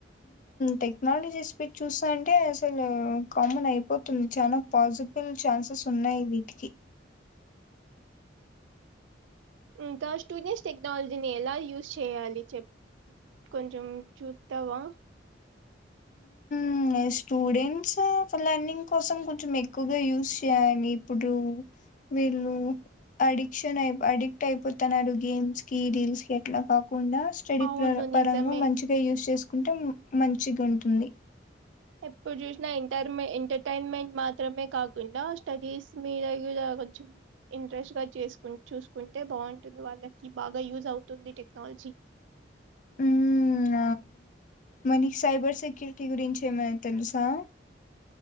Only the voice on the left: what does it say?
టెక్నాలజీస్ పట్టి చూస్తాంటే అసలు కామన్ అయిపోతుంది చాలా పాజిబుల్ చ స్ ఉన్నాయి వీటికి
ఉమ్ స్టూడెంట్స్ లర్నింగ్ కోసం కొంచెం ఎక్కువగా యూస్ చేయలీ ఇప్పుడు వీళ్ళు అడిక్షన్ అయి అడిక్ట్ అయిపోతున్నారు గేమ్స్ కి రీల్స్ కి అట్లా కా కాకుండా స్టడీ
పరంగా
మంచిగా యూస్ చేసుకుంటే మంచిగా ఉంటుంది
ఉమ్ మనకి సైబర్ సెక్యూరిటీ గురించి ఏమైనా తెలుసా